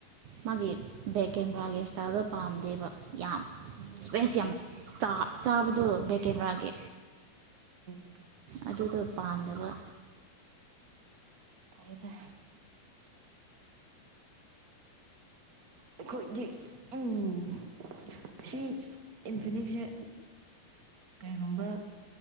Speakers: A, on the right (about 65°); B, on the right (about 30°).
A: ꯃꯥꯒꯤ ꯕꯦꯛ ꯀꯦꯃꯦꯔꯥꯒꯤ ꯏꯁꯇꯥꯏꯜꯗꯣ ꯄꯥꯝꯗꯦꯕ ꯌꯥ
B: ꯎꯝ
A: ꯁꯄꯦꯁ ꯇ ꯆꯕꯗꯨ ꯀꯦꯗ꯭ꯔ ꯍꯥꯏꯒꯦ
B: <unintelligible>
A: ꯑꯗꯨꯗꯣ ꯄꯥꯝꯗꯕ
B: ꯐꯥꯏꯕ ꯑꯩꯈꯣꯏꯗꯤ ꯎꯝ ꯁꯤ ꯏꯟꯐꯤꯅꯤꯛꯁꯦ ꯀꯩꯒꯨꯝꯕ